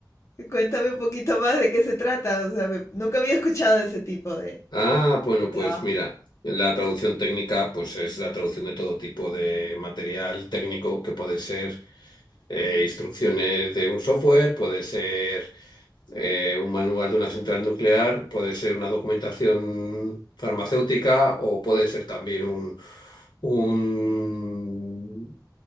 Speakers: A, on the left; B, on the left.
A: Cuéntame un poquito más de qué se trata, o sea, me- nunca había escuchado de ese tipo de
B: Ah, bueno,
A: de
B: pues
A: trabajo.
B: mira, la traducción técnica pues es la traducción de todo tipo de material técnico que puede ser eh, instrucciones de un software, puede ser Eh, un manual de una central nuclear puede ser una documentación farmacéutica o puede ser también un, un-